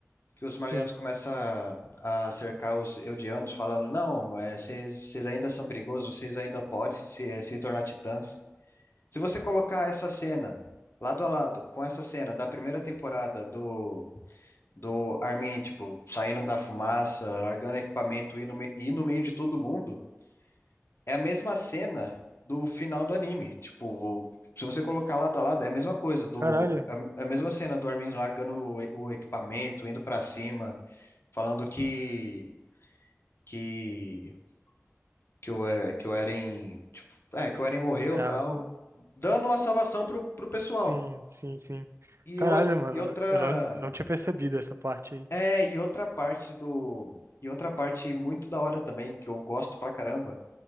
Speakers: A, on the left; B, on the right.
A: que os malianos
B: Sim.
A: começam a, a cercar os eudianos falando, não, é, vocês vocês ainda são perigosos, vocês ainda podem se, eh, se tornar titãs. Se você colocar essa cena lado a lado com essa cena da primeira temporada do do Armin, tipo, saindo da fumaça, largando equipamento e ir no, me- e no meio de todo mundo, é a mesma cena do final do anime. Tipo, se você colocar lado a lado, é a mesma coisa, do,
B: Caralho.
A: é é a mesma cena do Armin largando o, e- o equipamento, indo pra cima, falando que que que o, é que o Eren, tipo, é, que o Eren morreu,
B: Ah,
A: tal, dando a salvação pro, pro pessoal.
B: sim, sim, sim.
A: E,
B: Caralho,
A: o-
B: mano.
A: e outra
B: Eu não, não tinha percebido essa parte aí.
A: É, e outra parte do. E outra parte muito da hora também, que eu gosto pra caramba,